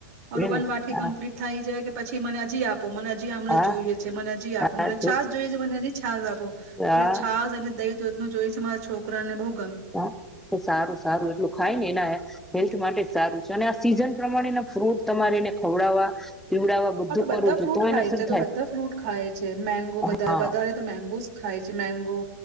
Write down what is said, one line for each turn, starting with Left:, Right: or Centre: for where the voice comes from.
Right: મારુ
Centre: હેને
Right: વન વાકી
Centre: હા
Right: કમ્પ્લીટ થઈ જાય કે પછી મને હજી આપ તો મન હજી આમરસ
Centre: હા
Right: જોઈએ છે, મને હજી આપો
Centre: હા
Right: મને છાસ જોઈએ છે, મને હજી છાસ આપો,
Centre: હા
Right: પહી છાસ અને દહીં તો હું જોઈ છે મારા છોકરા ને બઉ
Centre: હા તો સારું-સારું એટલું ખાય ન એના હેલ્થ માટે સારું છે અને આ સીઝન પ્રમાણેના ફ્રૂટ તમારે એને ખવડાવવા પીવડાવવા બધું
Right: આ તો બધા
Centre: કરવું છે
Right: ફ્રૂટ
Centre: તો
Right: ખાય
Centre: એને શું
Right: છે તો બધા ફ્રૂટ ખાય છે મેંગો
Centre: થાય
Right: બધાય
Centre: હા
Right: વધારે તો મેંગો સ ખાય છે, મેંગો